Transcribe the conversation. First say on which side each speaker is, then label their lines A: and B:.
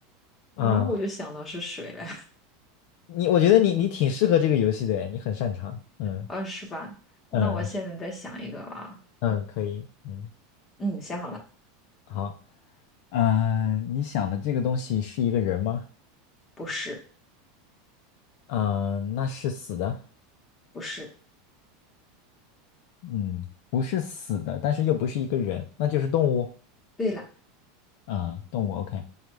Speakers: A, on the left (about 60°); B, on the left (about 15°).
A: 啊啊！
B: 然后我就想到是水了，
A: 你我觉得你你挺适合这个游戏的诶，你很擅长。
B: <laughs>
A: 嗯
B: 啊，是吧？
A: 嗯是
B: 那我现在再想一个啦，
A: 嗯，可以。嗯，
B: 嗯，想好了，
A: 好。嗯、你想的这个东西是一个人吗？
B: 不是，
A: 嗯、那是死的。
B: 不是，
A: 嗯，不是死的，但是又不是一个人，那就是动物。
B: 对了，
A: 啊、动物。OK，